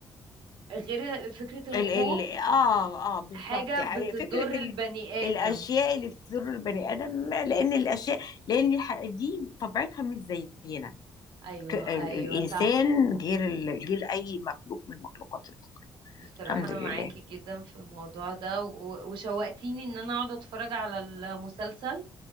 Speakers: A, on the right (about 75°); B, on the left (about 55°).
A: غير فكرة الخوف
B: ال ال اه اه بالظبط
A: حاجة
B: يعني
A: بتضر
B: فكرة
A: البني
B: ال الاشياء
A: آدم
B: اللي بتضر البني ادم لان الاشياء لان الح- دي طبيعتها مش زينا
A: أيوة
B: ك- ال-
A: أيوة
B: الانسان
A: صح
B: غير ال- غير اي مخلوق من المخلوقات الاخرى
A: بصراحة
B: الحمد
A: أنا
B: لله
A: معاكي جدا في الموضوع ده و- وشوقتيني إن أنا أقعد أتفرج على المسلسل